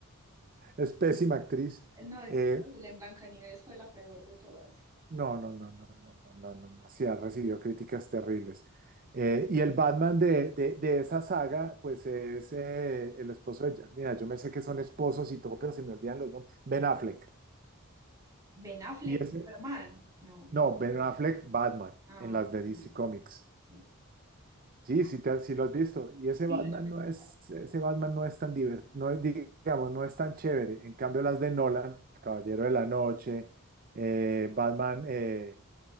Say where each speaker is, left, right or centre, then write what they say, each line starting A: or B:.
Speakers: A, on the right; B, on the right.
A: <laughs> es pésima actriz.
B: No, es
A: Eh,
B: horrible. En Blancanieves fue la peor de todas.
A: No, no, no, no, no, no, no, no, no. Sí, ha recibido críticas terribles. Eh, y el Batman de, de, de esa saga, pues es eh, el esposo de... Ja- Mira, yo me sé que son esposos y todo, pero se me olvidan los nombres. Ben Affleck.
B: Ben Affleck,
A: Y ese...
B: Superman. No.
A: No,
B: Batman.
A: Ben Affleck, Batman,
B: Ah,
A: en las de
B: Batman,
A: DC Comics.
B: Sí.
A: Sí, sí, te, sí lo has visto. Y ese
B: Sí,
A: Batman
B: Ben Affleck,
A: no es,
B: claro.
A: ese Batman no es tan divertido, no es, digamos, no es tan chévere. En cambio, las de Nolan, El Caballero de la Noche, eh, Batman... eh,